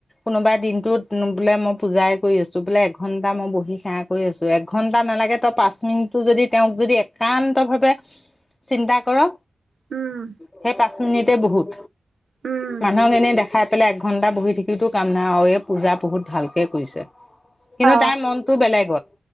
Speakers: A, on the left (about 30°); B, on the right (about 70°).
A: কোনোবাই দিনটোত বোলে মই পূজাই কৰি আছো বোলে এঘন্টা মই বহি সেৱা কৰি আছো এঘন্টা নালাগে তই পাঁচ মিনিটটো যদি তেওঁক যদি একান্ত ভাৱে চিন্তা কৰ
B: উম
A: সেই পা মিনিটতে বহুত।
B: উম
A: মানুহক এনে দেখ খাই পেলাই একঘণ্টা বহি থাকিতো কাম নাই আৰু এই পূজা বহুত ভালকে কৰিছে কিন্তু
B: অ
A: তাৰ মনটো বেলেগত